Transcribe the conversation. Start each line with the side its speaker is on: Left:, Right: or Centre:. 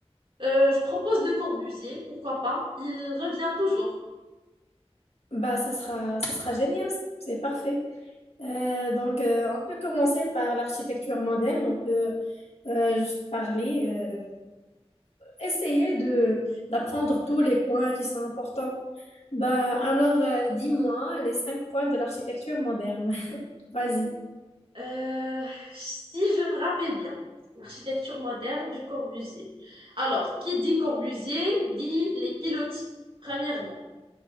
Right: Euh, je propose Le Corbusier, pourquoi pas. Il revient toujours.
Left: Bah, ça sera, ça sera génial, c'est parfait. Euh, donc, euh, on peut commencer par l'architecture moderne, on peut euh, juste parler, euh, essayer de d'apprendre tous les points qui sont importants. Bah, alors, euh, dis-moi les cinq points de l'architecture moderne. <laughs> Vas-y.
Right: Euh, si je me rappelle bien, l'architecture moderne du Corbusier. Alors, qui dit Corbusier dit les pilotis, premièrement.